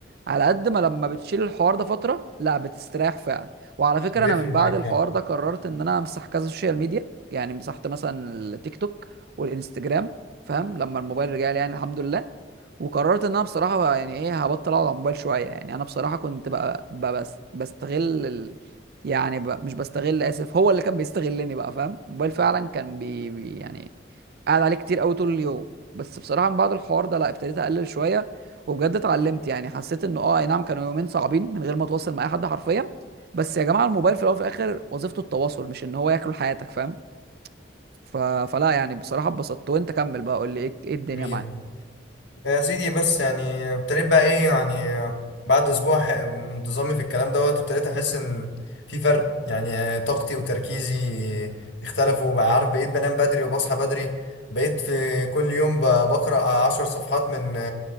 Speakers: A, on the right; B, on the left.
A: على قد ما لما بتشيل الحوار ده فترة لا بتستريح فعلا وعلى فكرة
B: <laughs> بيفرق
A: انا من بعد
B: معاك
A: الحوار
B: فعلا
A: ده قررت ان انا امسح كذا سوشيال ميديا يعني مسحت مثلا التيك توك والانستجرام فاهم لما الموبايل رجع لي يعني الحمد لله وقررت ان انا بصراحة يعني ايه هبطل اقعد على الموبايل شوية يعني انا بصراحة كنت بقى, بقى بس بستغل ال... يعني ب... مش بستغل اسف هو اللي كان بيستغلني بقى فاهم الموبايل فعلا كان بي... بي يعني قاعد عليه كتير قوي طول اليوم بس بصراحة من بعد الحوار ده لا ابتديت اقلل شوية وبجد اتعلمت يعني حسيت انه اه اي نعم كانوا يومين صعبين من غير ما اتواصل مع اي حد حرفيا بس يا جماعه الموبايل في الاول وفي الاخر وظيفته التواصل مش ان هو ياكل حياتك فاهم ف... فلا يعني بصراحه اتبسطت وانت كمل بقى قول لي ايه ايه الدنيا
B: جميل
A: معاه
B: يا سيدي بس يعني ابتديت بقى ايه يعني بعد اسبوع ح- من انتظامي في الكلام دوت ابتديت احس ان في فرق يعني طاقتي وتركيزي اختلفوا بقى عارف بقيت بنام بدري وبصحى بدري بقيت في كل يوم ب- بقرأ عشر صفحات من